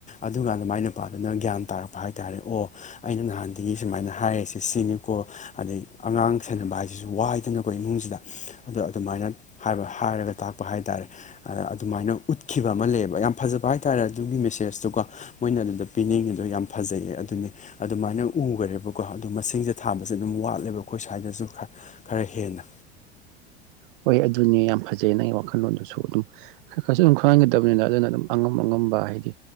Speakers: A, on the left; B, on the right.
A: ꯑꯗꯨꯀꯥꯟꯗ ꯃꯥꯏ ꯅꯨꯄꯥꯗꯨꯅ ꯒ꯭ꯌꯥꯟ ꯇꯥꯔꯛꯄ ꯍꯥꯏꯇꯥꯥꯔꯦ ꯑꯣ ꯑꯩꯅ ꯅꯍꯥꯟꯗꯒꯤ ꯁꯨꯃꯥꯏꯅ ꯍꯥꯏꯔꯤꯁꯦ ꯁꯤꯅꯤꯀꯣ ꯑꯗꯩ ꯑꯉꯥꯡ ꯁꯦꯅꯕ ꯍꯥꯏꯁꯤꯁꯨ ꯋꯥꯏꯗꯅꯀꯣ ꯏꯃꯨꯡꯁꯤꯗ ꯑꯗꯣ ꯑꯗꯨꯃꯥꯏꯅ ꯍꯥꯏꯕ ꯍꯥꯏꯔꯒ ꯇꯥꯛꯄ ꯍꯥꯏꯇꯥꯔꯦ ꯑ ꯑꯗꯨꯃꯥꯏꯅ ꯎꯠꯈꯤꯕ ꯑꯃ ꯂꯩꯌꯦꯕ ꯌꯥꯝ ꯐꯖꯕ ꯍꯥꯏ ꯇꯥꯔꯦ ꯑꯗꯨꯒꯤ ꯃꯦꯁꯦꯁꯇꯨꯀꯣ ꯃꯣꯏꯅ ꯑꯗꯨꯗ ꯄꯤꯅꯤꯡꯉꯤꯗꯣ ꯌꯥꯝ ꯐꯖꯩꯌꯦ ꯑꯗꯨꯅꯤ ꯑꯗꯨꯃꯥꯏꯅ ꯎꯒꯔꯦꯕꯀꯣ ꯑꯗꯣ ꯃꯁꯤꯡꯖꯦ ꯊꯥꯕꯁꯦ ꯑꯗꯨꯝ ꯋꯥꯠꯂꯦꯕ ꯑꯩꯈꯣꯏ ꯁ꯭ꯋꯥꯏꯗꯁꯨ ꯈꯔ ꯈꯔ ꯍꯦꯟꯅ
B: ꯍꯣꯏ ꯑꯗꯨꯅꯦ ꯌꯥꯝ ꯐꯖꯩ ꯅꯪꯒꯤ ꯋꯥꯈꯜꯂꯣꯟꯗꯨꯁꯨ ꯑꯗꯨꯝ ꯈꯔ ꯈꯔꯁꯨ ꯑꯗꯨꯝ ꯈꯪꯍꯟꯒꯗꯕꯅꯤꯅ ꯑꯗꯨꯅ ꯑꯗꯨꯝ ꯑꯉꯝ ꯑꯉꯝꯕ ꯍꯥꯏꯗꯤ